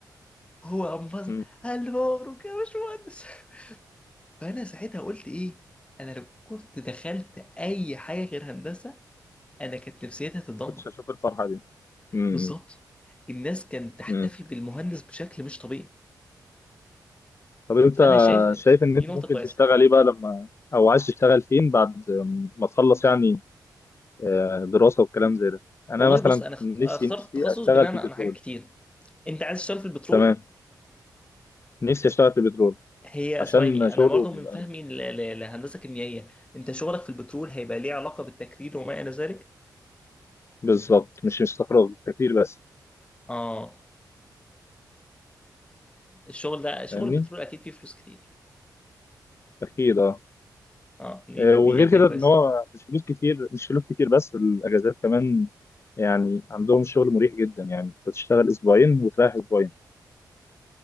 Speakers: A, on the left; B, on the left.
A: هو انبسط
B: مم.
A: الف مبروك يا باشمهندس <laughs> فانا ساعتها قلت ايه انا لو كنت دخلت اي حاجه غير هندسه انا كانت نفسيتي هتتدمر
B: كنتش هشوف الفرحه دي مم.
A: بالظبط الناس كانت تحتفي
B: مم.
A: بالمهندس بشكل مش طبيعي
B: طب انت
A: فانا شايف
B: شايف ان
A: دي
B: انت
A: نقطه
B: ممكن
A: كويسه
B: تشتغل ايه بقى لما او عايز تشتغل فين بعد ما تخلص يعني آه، دراسه والكلام زي ده انا
A: والله
B: مثلا
A: بص انا اخت-
B: نفسي
A: اخترت
B: نفسي
A: التخصص
B: اشتغل
A: بناء
B: في
A: على
B: البترول
A: حاجات كتير انت عايز تشتغل في البترول
B: تمام نفسي اشتغل في البترول
A: هي
B: عشان
A: ثواني
B: شغله
A: انا برضو
B: بيبقى
A: من فهمي ل- ل- لهندسه كيميائيه انت شغلك في البترول هيبقى ليه علاقه بالتكرير وما الى ذلك
B: بالظبط مش استقرار كتير بس
A: اه الشغل ده شغل
B: فاهمني
A: البترول اكيد فيه فلوس كتير
B: اكيد اه
A: اه دي
B: آه،
A: دي, دي
B: وغير
A: حاجه
B: كده
A: كويسه
B: ان هو مش فلوس كتير مش فلوس كتير بس الاجازات كمان يعني عندهم شغل مريح جدا يعني انت تشتغل اسبوعين وتريح اسبوعين